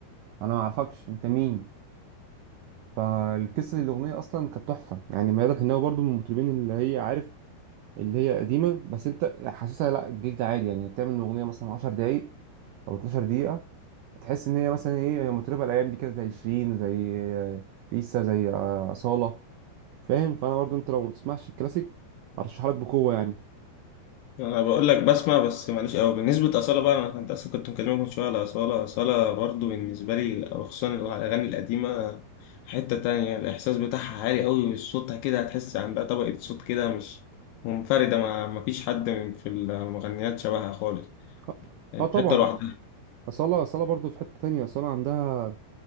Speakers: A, on the right; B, on the left.
A: أنا ما أعرفكش أنت مين فالقصة دي الأغنية أصلا كانت تحفة يعني ميادة الحناوي برضو من المطربين اللي هي عارف اللي هي قديمة بس انت حاسسها لا الجلد عادي يعني بتعمل اغنية مثلا 10 دقايق او 12 دقيقة تحس ان هي مثلا ايه هي مطربة الايام دي كده زي شيرين زي لسه زي آه، أصالة فاهم فانا برضو انت لو ما بتسمعش الكلاسيك ارشح لك بقوة يعني
B: انا بقول لك بسمع بس ماليش قوي بالنسبه اصاله بقى انا كنت اصلا كنت مكلمك من شويه على اصاله اصاله برضو بالنسبه لي أو خصوصا الاغاني القديمه حته تانية الاحساس بتاعها عالي قوي وصوتها كده هتحس عندها طبقه صوت كده مش منفرده ما ما فيش حد من في المغنيات شبهها خالص
A: اه
B: يعني
A: آه طبعا
B: حته لوحدها
A: أصالة أصالة برضو في حتة تانية أصالة عندها